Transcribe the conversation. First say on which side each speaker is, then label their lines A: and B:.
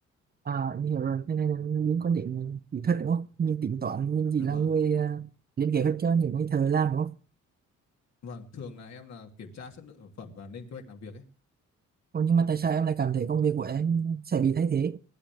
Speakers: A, on the right; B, on the left.
A: À, mình hiểu rồi, cái này là những quan điểm kỹ thuật đúng không? Mình tính toán, mình chỉ
B: dạ
A: là
B: vâng
A: người à, lên kế hoạch cho những người thợ làm đúng không?
B: vâng thường là em là kiểm tra chất lượng sản phẩm và lên kế hoạch làm việc ấy
A: Còn nhưng mà tại sao em lại cảm thấy công việc của em sẽ bị thay thế?